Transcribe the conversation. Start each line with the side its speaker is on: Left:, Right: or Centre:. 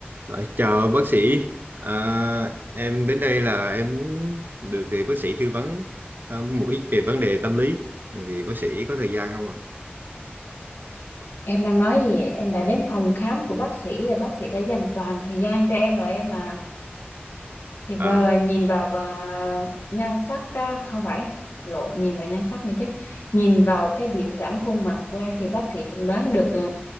Right: Ờ, Chào bác sĩ, à, em đến đây là em muốn được thì bác sĩ tư vấn ờ, một ít về vấn đề tâm lý, thì bác sĩ có thời gian không ạ?
Left: Em đang nói gì vậy? Em đã đến phòng khám của bác sĩ rồi, bác sĩ đã dành toàn thời gian cho em rồi em à. Thì vờ
Right: À,
Left: nhìn vào và nhan sắc á, không phải lộn nhìn vào nhan sắc nữa chứ. Nhìn vào cái biểu cảm khuôn mặt của em thì bác sĩ cũng đoán được ờ,